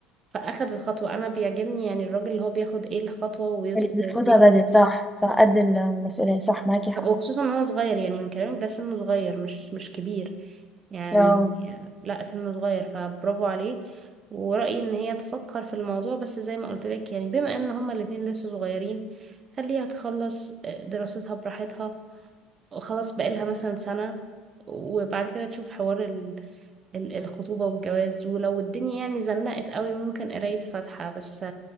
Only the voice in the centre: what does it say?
اللي بياخدها
بدري صح صح قد المسؤولية صح معاكي حق
أو